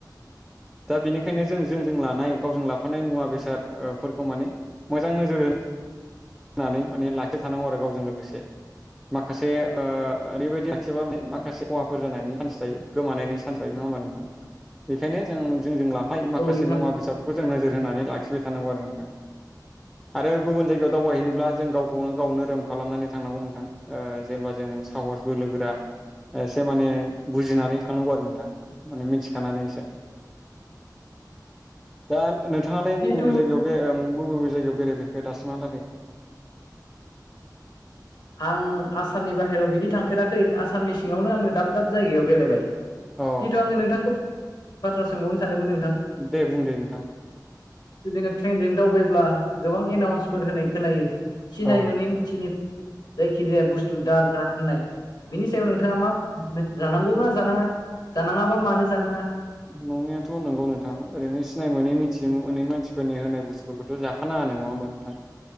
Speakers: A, in the centre; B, on the left (about 65°).
A: दा बेनिखायनो जों जोंजों लानाय गावजों लाफानाय मुवा बेसादफोरखौ माने मोजां नोजोर होनो होननानै माने लाखि थानांगौ आरो गावजों लोगोसे माखासे ओरैबायदि एखेबा माखासे खहाफोर जानायनि चान्स थायो गोमानायनि चान्स थायो नङा नङा होमा नोंथां बेनिखायनो जों जों ला माखासे
B: औ नोंथां
A: मुवा बेसादफोरखौ जों नोजोर होनानै लाखिबाय थानांगौ आरो नोंथां आरो गुब जायायाव दावबायहैयोब्ला जों गावखौनो गाव नोरोम खालामनानै थांनांगौ नोंथां जेबब्ला जों साहस बोलोोगोरा एसे माने बुजिनानै थांनांगौ आरो नोंथां माने मिथिखानानै एसे दा नोंथाङालाय बबेबे
B: जिहेथु
A: जायगायाव बबे बबे जायगायाव बेरायफेरखो दासिमहालागै
B: आं आसामनि बाहेरायाव बिदि थांफेराखै आसामनि सिङावनो आङो दाब दाब जायगायाव बेरायबाय जिहेथु
A: अ
B: आङो नोंथांखौ बाथ्रा सोंबावनो सानदोंमोन
A: दे बुं दे नोंथां
B: जोङो ट्रेनजों दावबायब्ला गोबां एनाउन्सफोर होनाय खोनायो सिनाय
A: औ
B: मोनै मानसिनि जायखि जाया बुस्थु दा जा होननाय बिनि सायाव नोंथाङा मा जानांगौना जानाङा जानाङाबा मानो जानाङा
A: नंनायाथ' नंगौ नोंथां ओरैनो सिनाय मोनै मिथिनो मोनै मानसिफोरनि होनाय बुस्थुफोरखौथ' जाखानाङ नङा होनबा नोंथां